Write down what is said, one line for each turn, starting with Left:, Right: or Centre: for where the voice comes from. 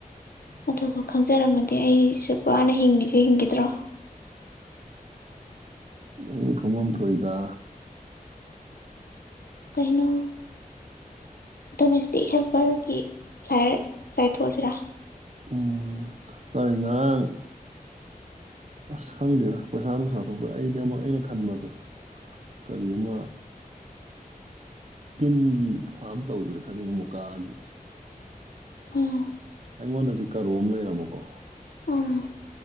Left: ꯑꯗꯨꯒ ꯈꯪꯖꯔꯝꯃꯗꯤ ꯑꯩ ꯁꯨꯛ ꯋꯥꯅ ꯍꯤꯡꯉꯤꯁꯦ ꯍꯤꯡꯒꯗ꯭ꯔꯣ
Right: ꯑꯗꯨ ꯈꯪꯕꯝ ꯊꯣꯛꯏꯗ
Left: ꯀꯩꯅꯣ ꯗꯣꯃꯦꯁꯇꯤꯛ ꯍꯦꯜꯄꯔꯒꯤ ꯐ꯭ꯂꯥꯏꯌꯔ ꯆꯥꯏꯊꯣꯛꯑꯁꯤꯔꯥ
Right: ꯎꯝ ꯀꯔꯤꯉꯥꯔꯥꯡ ꯑꯁ ꯈꯪꯗꯦꯗ ꯄꯩꯁꯥ ꯅꯨꯡꯁꯥ ꯊꯣꯛꯈ꯭ꯔꯦ ꯑꯩꯗꯤ ꯑꯃꯨꯛ ꯑꯩꯅ ꯈꯟꯕꯗꯣ ꯀꯔꯤ ꯑꯃ ꯇꯤꯟꯒꯤ ꯐꯥꯝ ꯇꯧꯗꯅꯥ ꯈꯜꯂꯤ ꯃꯨꯀꯥꯒꯤ
Left: ꯎꯝ
Right: ꯑꯩꯉꯣꯟꯗꯗꯤ ꯀꯔꯣ ꯑꯃ ꯂꯩꯔꯃꯣꯀꯣ
Left: ꯑꯥ